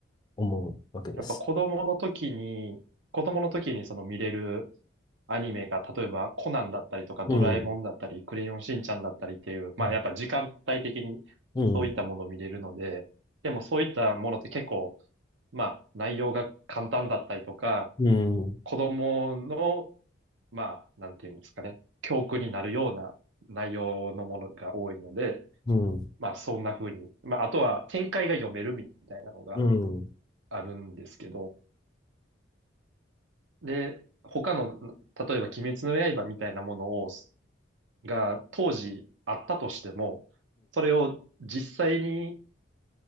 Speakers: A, on the left; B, on the right.
A: 思うわけです。
B: やっぱ子供の時に、子供の時にその見れるアニメが、例えばコナンだったりとかドラえもんだったり、
A: うん。
B: クレヨンしんちゃんだったりっていう、まあやっぱ時間帯的に
A: うん。うん。
B: そういったものを見れるので、でもそういったものって結構、まあ内容が簡単だったりとか、
A: うん。
B: 子供の、まあなんていうんですかね、教訓になるような内容のものが多いので、
A: うん。
B: まあそんな風に、まああとは展開が読めるみたいなのが
A: うん。
B: あるんですけど、で、他の、例えば鬼滅の刃みたいなものを、が当時あったとしても、それを実際に